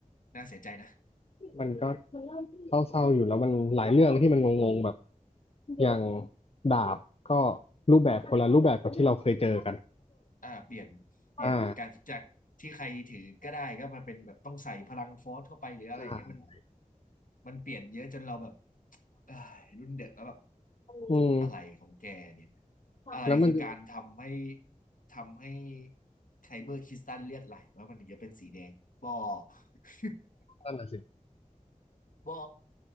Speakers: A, on the left (about 75°); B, on the left (about 45°).
A: น่าเสียใจนะ
B: มันก็เศร้าๆอยู่แล้วมันหลายเรื่องที่มันงงๆแบบอย่างดาบก็รูปแบบคนละรูปแบบกับที่เราเคยเจอกัน
A: อ่าเปลี่ยนเปลี่ยนการจากที่ใครถือก็ได้ก็มาเป็นแบบต้องใส่พลังฟอร์สเข้าไปหรืออะไรอย่างเงี้ยมัน
B: อ่าใช่
A: มันเปลี่ยนเยอะจนเราแบบเอ้ยรุ่นเด็กแล้วแบบ
B: อืม
A: อะไรของแกเนี่ยอะไรคือการทำให้
B: แล้วมันจะ
A: ทำให้ไคเบอร์คริสตัลเลือดไหลว่ามันถึงจะเป็นสีแดงบอ <laughs>
B: นั่นน่ะสิ
A: บอ